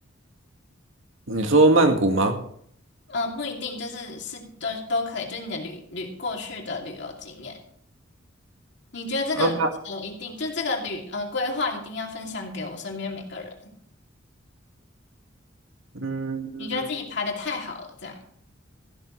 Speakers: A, on the right; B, on the left.
A: 你说曼谷吗？
B: 呃，不一定，就是是都都可以，就是你的旅旅过去的旅游经验，你觉得这个旅程一定就这个旅呃规划一定要分享给我身边每个人，
A: 啊，嗯，
B: 你觉得自己排的太好了，这样。